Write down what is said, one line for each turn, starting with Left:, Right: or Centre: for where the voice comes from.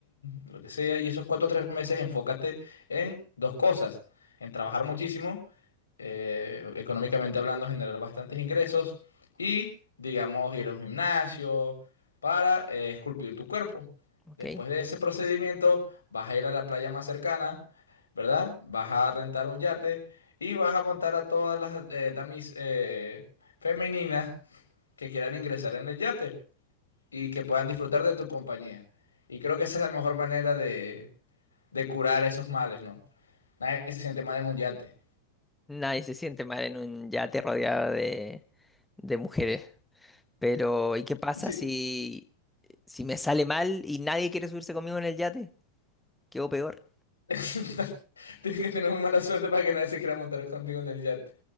Left: lo que sea. Y esos cuatro o tres meses enfócate en dos cosas, en trabajar muchísimo, eh, económicamente hablando, generar bastantes ingresos y, digamos, ir a un gimnasio para eh, esculpir tu cuerpo.
Centre: Ok.
Left: Después de ese procedimiento, vas a ir a la playa más cercana, ¿verdad? Vas a rentar un yate y vas a montar a todas las eh, damis eh, femeninas que quieran ingresar en el yate y que puedan disfrutar de tu compañía. Y creo que esa es la mejor manera de, de curar esos males, ¿no? Nadie se siente mal en un yate.
Centre: Nadie se siente mal en un yate rodeado de, de mujeres. Pero, ¿y qué pasa
Left: Sí.
Centre: si, si me sale mal y nadie quiere subirse conmigo en el yate? Quedo peor.
Left: <laughs> Tienes que tener muy mala suerte para que nadie se quiera montar contigo en el yate.